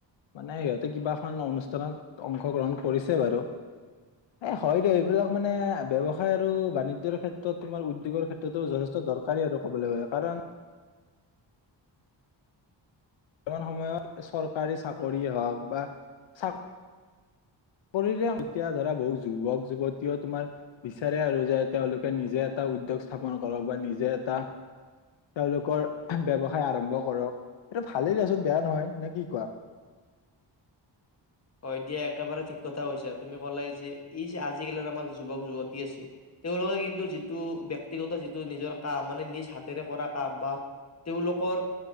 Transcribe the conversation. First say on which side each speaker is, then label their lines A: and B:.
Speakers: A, on the left (about 75°); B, on the left (about 35°).
A: মানে সিহঁতে কিবা এখন অনুষ্ঠানত অংশগ্ৰহণ কৰিছে বাৰু। এ হয় দে এইবিলাক মানে ব্যৱসায় আৰু বাণিজ্যৰ ক্ষেত্ৰত তোমাৰ উদ্যোগৰ ক্ষেত্ৰতো যথেষ্ট দৰকাৰ। কাৰি আৰু ক'বলৈ গ'লে, কাৰণ বৰ্তমান সময়ত, চৰকাৰী চাকৰিয়ে হওক বা চা কৰিলে এতিয়া ধৰা বহুত যুৱক যুৱতীয়েও তোমাৰ বিচাৰে আৰু যে, তেওঁলোকে নিজে এটা উদ্যোগ স্থাপন কৰক, বা নিজে এটা তেওঁলোকৰ ব্যৱসায় আৰম্ভ কৰক, এইটো ভালেই দচোন বেয়া নহয়, নে কি কোৱা?
B: হয় দিয়া একেবাৰে ঠিক কথা কৈছা। তুমি ক'লায়ে যে, ই যে আজিকালিৰ আমাৰ যুৱক যুৱতী আছে, তেওঁওলোকে কিন্তু যিটো, ব্যক্তিগত যিটো নিজৰ কাম, মানে নিজ হাতেৰে কৰা কাম, বা তেওঁলোকৰ